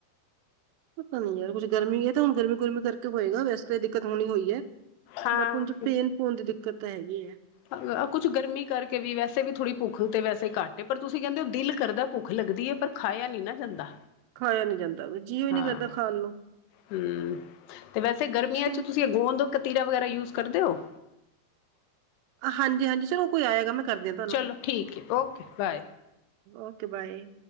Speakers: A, on the right; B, on the left.
A: ਪਤਾ ਨੀ ਯਾਰ ਕੁੱਝ ਗਰਮੀਂ ਹੈ, ਤਾਂ ਹੁਣ ਗਰਮੀਂ ਗੁਰਮੀਂ ਕਰਕੇ ਹੋਏਗਾ ਵੈਸੇ ਤਾਂ ਏ ਦਿੱਕਤ ਹੁਣ ਹੀ ਹੋਈ ਹੈ।
B: ਹਾਂ
A: ਬੱਟ ਹੁਣ ਪੇਨ ਪੂਣ ਦੀ ਦਿੱਕਤ ਤਾਂ ਹੈਗੀ ਹੈ।
B: ਹ ਕੁੱਛ ਗਰਮੀ ਕਰਕੇ ਵੀ, ਵੈਸੇ ਵੀ ਥੋੜ੍ਹੀ ਭੁੱਖ ਤੇ ਵੈਸੇ ਘੱਟ ਏ, ਪਰ ਤੁਸੀਂ ਕਹਿੰਦੇ ਹੋ, ਦਿਲ ਕਰਦਾ ਭੁੱਖ ਲੱਗਦੀ ਹੈ, ਪਰ ਖਾਇਆ ਨੀ ਨਾ ਜਾਂਦਾ।
A: ਖਾਇਆ ਨੀ ਜਾਂਦਾ ਜੀਓ ਹੀ ਨੀ
B: ਹਾਂ,
A: ਕਰਦਾ ਖਾਣ ਨੂੰ
B: ਹੁ, ਤੇ ਵੈਸੇ ਗਰਮੀਆਂ
A: ਚਲ
B: ਚੱ ਤੁਸੀਂ ਤੁਸੀਂ ਗੋੋਂਦ ਕਤੀਰਾ ਵਗੈਰਾ ਯੂਜ ਕਰਦੇ ਹੋ।
A: ਹਾਂਜੀ ਹਾਂਜੀ ਚਲੋ ਕੋਈ ਆਇਆ ਹੈਗਾ, ਮੈਂ ਕਰਦੀ ਆਂ।
B: ਚਲੋ ਠੀਕ ਹੈ, ਔਕੇ ਬਾਏ।
A: Okay bye